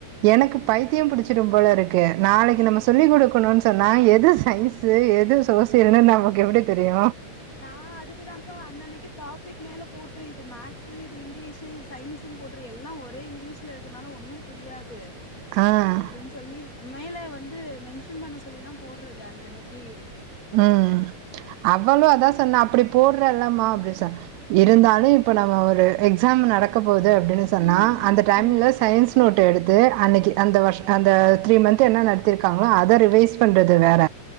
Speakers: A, on the right (about 80°); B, on the left (about 25°).
A: எனக்கு பைத்தியோ புடிச்சிடும் போல இருக்கு நாளைக்கு
B: ஏ
A: நம்ம சொல்லி கொடுக்கணுன் சொன்னா எது சைஸ் சு எது சோசியல்ன்னு நமக்கு எப்படி தெரியு
B: நா அதுக்கு தாங்க்கா அன்னைக்கு அன்னனைக்கு டாபிக் மேல போட்டுரு இது மேக்ஸு இது இங்கிலீஷு சயின்ஸுன் போட்ரு எல்லா ஒரே இங்கிலீஷில இருக்கனால ஒன்னும் புரியாது
A: ஆ
B: அப்டின் சொல்லி மேல வந்து மென்ஷன் பண்ண சொல்லிதா போற்றது அன்னன்னைக்கி
A: ம் அவளு அதா சொன்னா அப்டி போற்றல்லல்லம்மா அப்டி சொன்
B: ம்
A: இருந்தாலு இப்ப நம்ம ஒரு எக்ஸாம்ன் நடக் க்க போது அப்டின்னு சொன்னா
B: ம்
A: அந்த ட்ரன்ல
B: ம்
A: சயின்ஸ் நோட்டு் எடுத்து அன்னைக்கு அந்த வருஷ் அந்த த்ரீ மந்த்து என்ன நடத்திருக்காங்களோ அத ரிவைஸ் பண்றது வேற